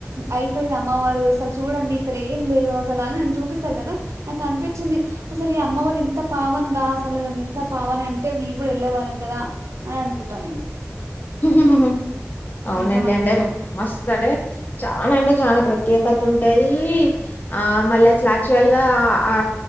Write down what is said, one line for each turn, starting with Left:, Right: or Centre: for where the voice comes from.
Right: అయిపోయిది అమ్మవారు అసలు చూడండి ఇక్కడ ఏం లేదు అసలు అని అని చూపిస్తారు కదా నాకు అనిపించింది అసలు ఈ అమ్మవారు ఇంత పావందా అసలు ఇంత పావనఅంటే మేము కూడా వెళ్ళే వాళ్ళం కదా అని అనుకుంటా నేను
Left: ఉ హు హు అవునండిడె
Right: నిజం అండి
Left: మస్త్ అండె చాన అండె చాలా ప్రత్యేకత ఉంటాదీ ఆ మళ్ళా చాచువల్గా ఆ ఆ